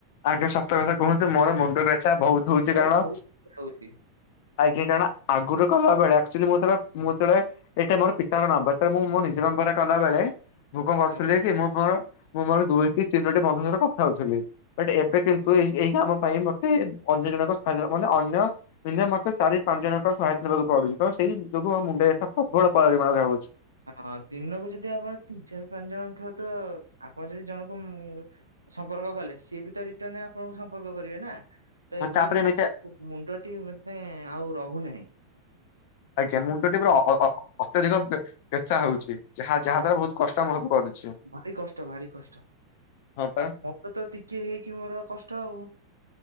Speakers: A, on the left; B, on the right.
A: ଆଗ ସତ କଥା କୁହନ୍ତୁ ମୋର ମୁଣ୍ଡ ବ୍ୟଥାା ବହୁତ
B: ମୋ
A: ହଉଛି
B: ମୁଣ୍ଡ
A: କାରଣ
B: ବହୁତ ବିନ୍ଧା ହଉଛି
A: ଆଜ୍ଞା କାରଣ ଆଗରୁ ଗଲାବେେଳେ ଆକ୍ଚୁଆଲି ମୁଁ ତଳେ ମୁଁ ତଳେ ଏଇଟା ମୋର ପିତାଙ୍କ ନମ୍ବର୍। ଯେତେବେଳେ ମୁଁ ମୋ ନିଜ ନମ୍ବରେ କଲାବେେଳେ ମୁୁ କଣ କରୁଥିଲି
B: ଆଜ୍ଞା
A: କି ମୁଁ ମୋର ମୁଁ ମୋର ଦୁଇଟି ତିନୋଟି ମଧ ସହିତ କଥା ହଉଥିଲି। <unintelligible> ଏବେ
B: ଆଜ୍ଞା।
A: କିନ୍ତୁ ଏ ଏଇ କାମ ପାଇଁ ମତେ ଅନ୍ୟ ଜଣଙ୍କ ସହା ମାନେ ଅନ୍ୟ ପନ୍ଧା ମତେ ଚାରି ପାଞ୍ଚ ଜଣଙ୍କର ସହାୟତା ନେବାକୁ ପଡୁଛି। ତ ସେଇ ଯୋଗୁ ଆ ମୁଣ୍ଡରେ ଏ ପ୍ରବଳ ପରିମାଣରେ ରଉଛି।
B: ଆ ଦିନକୁ ଯଦି ଆପଣ ତିନି ଚାରି ପାଞ୍ଚ ଜଣ ଥାଏ ତ ଆପଣ ଯଦି ଜଣଙ୍କୁ ସମ୍ପର୍କ କଲେ ସିଏ ବି ତ ରିଟର୍ଣ ଆପଣଙ୍କୁ ସମ୍ପର୍କ କରିବେ ନା। ତ
A: ହଁ
B: ଏଭଳି
A: ତାପରେ
B: ହେଲା
A: ଏମିତି
B: ମୁଣ୍ଡଟି ମତେ ଆଉ ରହୁନାହିଁ।
A: ଆଜ୍ଞା ମୁଣ୍ଡଟି ପୁରା ଅତ୍ୟଧିକ ବ୍ୟଥା ହଉଛି। ଯାହା ଯାହା ଦ୍ଵାରା ବହୁତ କଷ୍ଟ ଅନୁଭବ କରୁଛି।
B: ଭାରି କଷ୍ଟ ଭାରି କଷ୍ଟ।
A: ହଁ ପା
B: ମୋର ତ ଟିକେ ହେଇକି ମୋର କଷ୍ଟ ଆଉ।